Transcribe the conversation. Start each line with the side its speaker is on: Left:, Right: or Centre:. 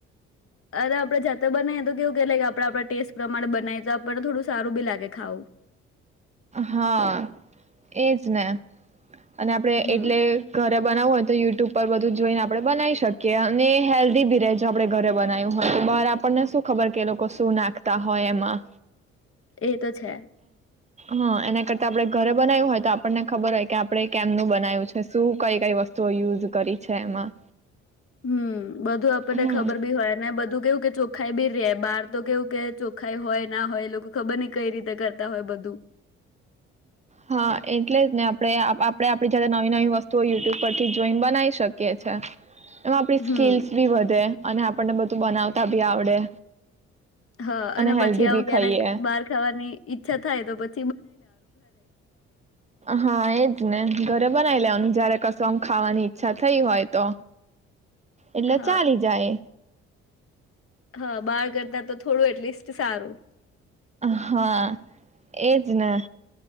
Left: અરે આપણે જાતે બનાવીએ તો કેવું કેલા કે આપણે આપણા ટેસ્ટ પ્રમાણે બનાવી તો આપણને થોડું સારું બી લાગે ખાવું.
Right: હા એજ ને. અને આપડે
Left: હમ
Right: એટલે ઘરે બનાવું હોય તો યુટ્યુબ ઉપર બધું જોઈને આપડણે બનાવી શકીએ અને હેલ્ધી ભી રજ આપણે ઘરે બનાવ્યું હોય તો બહાર આપણને શું ખબર કે એ લોકો શું નાખતા હોય એમાં.
Left: એ તો છે.
Right: હા એના કરતા આપણે ઘરે બનાવ્યું હોય તો આપણને ખબર હોય કે આપણે કેમનું બનાવ્યું છે, શું કઈ કઈ વસ્તુઓ યુઝ કરી છે એમાં.
Left: હમ્મ, બધું આપણને
Right: હા
Left: ખબર બી હોય ને બધું કે કે ચોખાઈ બી રે બહાર તો કેવું કે ચોખાઈ હોય ના હોય લોકો ખબર નઈ કઈ રીતે કરતા હોય બધું.
Right: હા એટલે જ ને આપણે આપણેે આપડી જા નવી નવી વસ્તુઓ યુટ્યુબ પરથી જોઈને બનાવી શકીએ છે. એમાં આપડી
Left: હમ
Right: સ્કીલ્સ બી વધે અને આપણને બધ તું બનાવતા ભી આવડે.
Left: હા અને
Right: હેલ્ધી
Left: પછી આવું
Right: બી
Left: ક્યારેક
Right: ખાઈએ
Left: બહાર ખાવાની ઈચ્છ થાય તો પછ
Right: હા એજ ને ઘરે બનાય લેવ જયારે કશું આમ ખાવાની ઈચ્છા થઈ હોય તો. એટલે
Left: હા
Right: ચાલી જાય.
Left: હા બાર કરતા તો થોડું એટલીસ્ટ સારું.
Right: હા, એજ ને